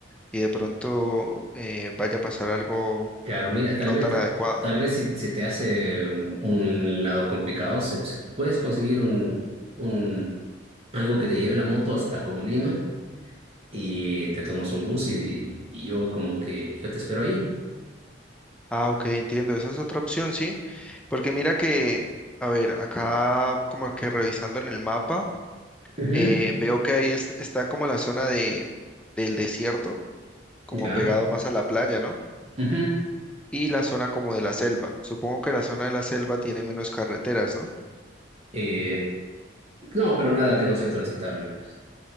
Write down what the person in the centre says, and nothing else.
y de pronto eh, vaya a pasar algo
no
tan
adecuado.
Ah, ok, entiendo. Esa es otra opción, sí. Porque mira que, a ver, acá como que revisando en el mapa,
eh, veo que ahí est- está como la zona de, del desierto, como
pegado más a la playa, ¿no?
Y la zona como de la selva. Supongo que la zona de la selva tiene menos carreteras, ¿no?